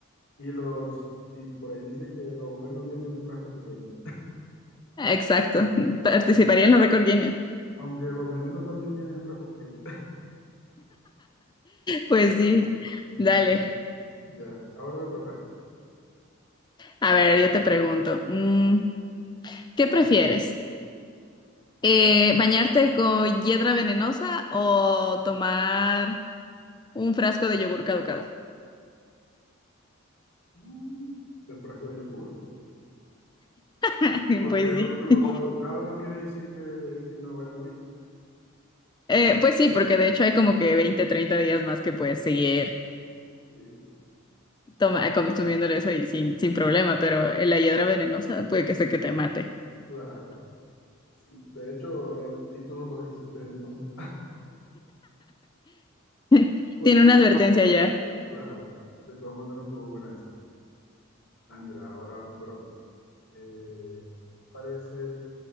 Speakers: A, on the left; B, on the left.
A: Y los, y por ahí dicen que los buenos vienen en frasco pequeño.
B: Exacto, participaría en los récord Guinness.
A: Aunque los venenos también vienen en frasco pequeño.
B: Pues sí,
A: Sí,
B: dale.
A: sí, ya. Ahora te toca.
B: A ver, yo te pregunto. mm, ¿Qué prefieres? Eh, ¿bañarte con hiedra venenosa o tomar un frasco de yogur caducado?
A: Mm, El frasco de yogur.
B: <laughs>
A: Porque
B: Pues
A: lo, lo
B: sí.
A: caducado no quiere decir que, que me voy a morir.
B: Eh, pues sí, porque de hecho hay como que 20, 30 días más que puedes seguir
A: Sí,
B: toma, consumiendo eso y sin, sin problema, pero eh, la hiedra venenosa puede que sea que te mate.
A: claro. Sí, De hecho, el título lo dice, venenos.
B: <laughs>
A: Buena,
B: Tiene una
A: bu-
B: advertencia ya.
A: claro. De todas maneras estuvo buena esa. Ah, mira, ahora me toca a mí. Eh, ¿qué te parece?